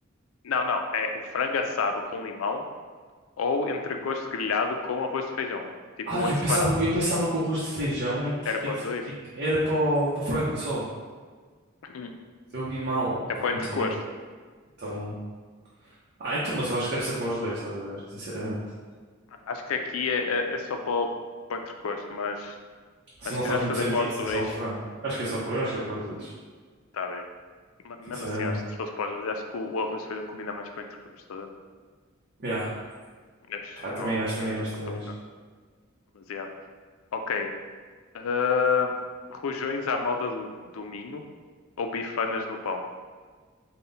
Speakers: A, on the left; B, on the right.
A: Não, não, é o frango assado com limão ou entrecosto grelhado com arroz de feijão. Tipo,
B: Ah, eu
A: é separado.
B: pensava, eu pensava que o arroz de feijão é que,
A: Era para
B: é que,
A: os dois?
B: é que era para o, para o frango só,
A: Hum.
B: eu vi mal, opa
A: É para o
B: então,
A: entrecosto.
B: yeah, então, ah, então, mas eu acho que deve ser para os dois, estás a ver, sinceramente,
A: Acho que aqui é, é- é só para o, para o entrecosto, mas
B: isso
A: Mas
B: não
A: se quiseres
B: faz muito
A: fazer
B: sentido
A: pós
B: ser
A: dois,
B: só o frango, acho que é só para, eu acho que é para os dois,
A: tá bem. Ma- Mesmo
B: sinceramente,
A: assim, acho que se fosse pós dois, acho que o, o arroz de feijão combina mais com o entrecôs, tá? a ver?
B: yeah,
A: Mas
B: pá, também
A: não, não
B: acho,
A: combina
B: também acho,
A: tanto com
B: também
A: o teu frango.
B: acho.
A: Mas yeah. Ok. Ahn, rojões à moda do, do Minho ou bifanas no pão?